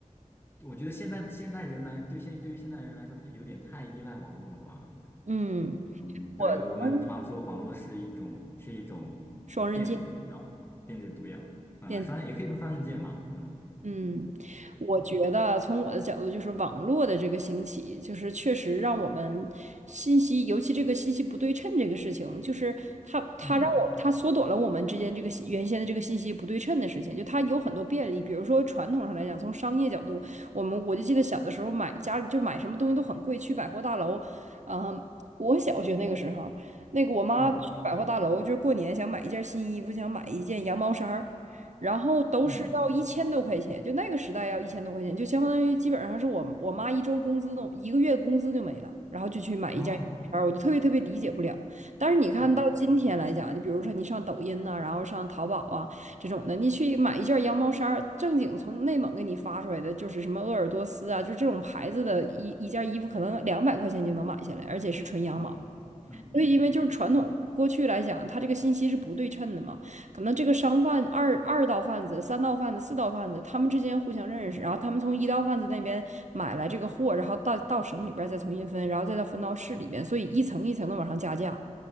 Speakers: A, on the left; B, on the right.
A: 我觉得现在现代人来，对现对于现代人来说，他有点太依赖网络了吧？
B: 嗯，
A: 嗯，对，
B: 我从
A: 我们常说网络是一种是一种电子毒药，
B: 双刃剑，
A: 电子毒药，嗯，
B: 剑。
A: 双刃也可以说双刃剑嘛，嗯，
B: 嗯，
A: 对对对，
B: 我觉得从我的角度，就是网络的这个兴起，就是确实让我们信息，尤其这个信息不对称这个事情，就是它它让我它缩短了我们之间这个信原先的这个信息不对称的事情，
A: 嗯
B: 就它有很多便利。比如说传统上来讲，从商业角度，我们我就记得小的时候买家里就是买什么东西都很贵，去百货大楼，嗯，我小学那个时候，那个我妈去百货大楼，
A: 嗯
B: 就是过年想买一件新衣服，想买一件羊毛衫儿。然后都是要一千多块钱，
A: 嗯，
B: 就那个时代要一千多块钱，就相当于基本上是我我妈一周工资都一个月工资就没了，然后就去买一件衣服，
A: 哦，
B: 我就特别特别理解不了。但是你看到今天来讲，
A: 嗯
B: 你比如说你上抖音呐、然后上淘宝啊这种的，你去买一件羊毛衫儿，正经从内蒙给你发出来的，就是什么鄂尔多斯啊，就这种牌子的一一件衣服，可能两百块钱就能买下来，而且是纯羊毛。
A: 嗯嗯嗯嗯嗯嗯。
B: 所以，因为就是传统过去来讲，
A: 嗯嗯
B: 它这个信息是不对称的嘛，可能这个商贩二二道贩子、三道贩子、四道贩子，他们之间互相认识，然后他们从一道贩子那边买来这个货，然后到到省里边儿再重新分，然后再到分到市里边，所以一层一层的往上加价，